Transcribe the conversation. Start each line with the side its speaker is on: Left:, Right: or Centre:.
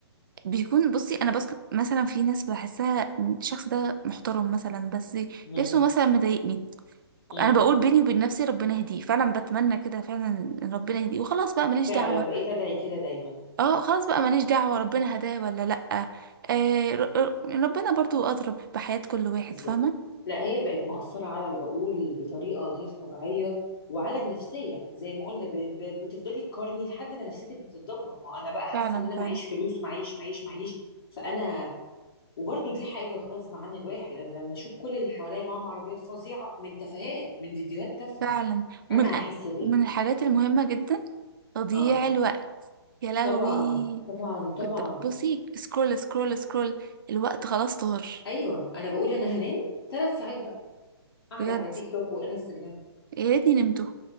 Right: بيكون بصي انا بس مثلا في ناس بحسها إن الشخص ده محترم مثلا بس
Left: مم.
Right: لبسه مثلا مضايقني
Left: مم.
Right: انا بقول بيني وبين نفسي ربنا يهديه فعلا بتمنى كده فعلا ان ربنا يهديه وخلاص بقى ماليش
Left: فعلا
Right: دعوه
Left: بقيت ادعي كده دايما
Right: اه خلاص بقى ماليش دعوه ربنا هداه ولا لا آه ر- ر- ربنا برضو اضرب بحياه كل واحد
Left: بالظبط
Right: فاهمه
Left: لا هي بقت مؤثرة على العقول بطريقة غير طبيعية وعلى النفسية زي ما قلنا ب... ب... بتفضلي تقارني لحد ما نفسيتك بتتدمر ما هو انا بقى حاسة
Right: فعلا
Left: ان انا
Right: فعلا
Left: معيش فلوس معيش معيش معيش فانا وبرضو دي حاجة غصب عن الواحد انا لما اشوف كل اللي حواليا معاهم عربيات فظيعة من تفاهات من فيديوهات تافهة
Right: فعلا ومن
Left: انا هحس
Right: أ-
Left: بايه
Right: ومن الحاجات المهمة جدا تضييع
Left: اه
Right: الوقت يا لهوي
Left: طبعا طبعا طبعا
Right: بت- بصي سكرول سكرول سكرول الوقت خلاص طار
Left: ايوه انا بقول انا هنام ثلاث ساعات بقى قاعدة
Right: بجد
Left: على تيك توك وانستجرام
Right: يا ريتني نمته